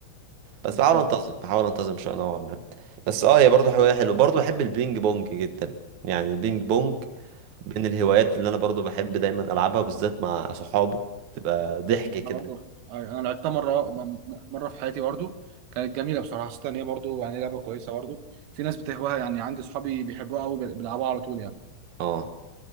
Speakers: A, on the right; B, on the right.
A: بالظبط
B: بس بحاول أنتظم بحاول أنتظم شوية نوعا ما بس أه هي برضو هواية حلوة برضو بحب البينج بونج جدا يعني البينج بونج من الهوايات اللي انا برضو بحب دايما العبها بالذات مع صحابي تبقى ضحك
A: انا
B: كده
A: برضو أيوة، انا لعبتها مره مره في حياتي برضو كانت جميله بصراحه حسيت ان هي برضو يعني لعبه كويسه برضو في ناس بتهواها يعني عندي صحابي بيحبوها قوي بيلعبوها على طول يعني
B: اه